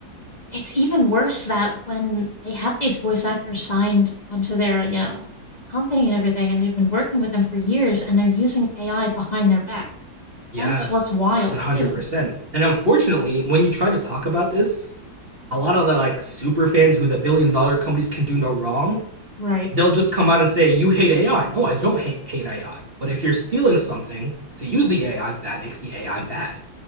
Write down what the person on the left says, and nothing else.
It's even worse that when they have these voice actors signed onto their, you know, company and everything, and they've been working with them for years, and they're using AI behind their back.
That's what's wild,
too.
Right.